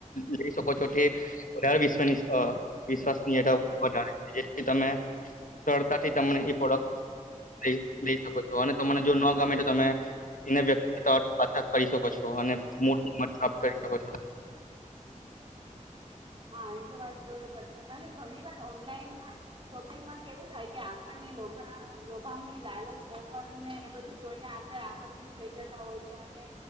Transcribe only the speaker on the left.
લઈ શકો છો તે વધારે વિશ્ વિશ્વાસ વધારે જેથી તમે સરળતાથી તને એ પ્રોડક્ટ લઈ લય શકો છો અને મને જો ન ગમે તો તમે એ વ્યક્ક તરત <unintelligible> કરી શકો શકો છો અને મોટ છાપ કરી શકો છો